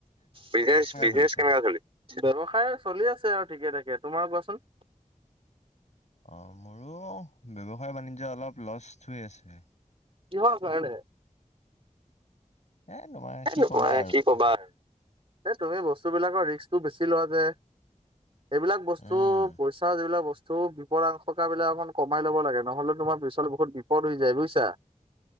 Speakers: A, on the right; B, on the left.
A: বিজনেছ বিজনেছ
B: চলিছে?
A: কেনেকুৱা চলি ব্যৱসায় চলি আছে আৰু ঠিকে থাকে। তোমাৰ কোৱাচোন?
B: অঁ মোৰো ব্যৱসায় বাণিজ্য অলপ লষ্ট হৈ আছে।
A: কিহৰ কাৰণে?
B: এ তোমাৰ
A: এ
B: কি
A: নকওঁ
B: ক'বা
A: আৰু কি ক'বা? এই তুমি বস্তুবিলাকৰ ৰিস্কটো বেছি লোৱা যে। এইবিলাক বস্তু
B: উম,
A: পইচা যিবিলাক বস্তু ওপৰাং থকা বিলাক অকমান কমাই ল'ব লাগে নহ'লে তোমাৰ পিচলে বহুত বিপদ হৈ যায় বুজিছা?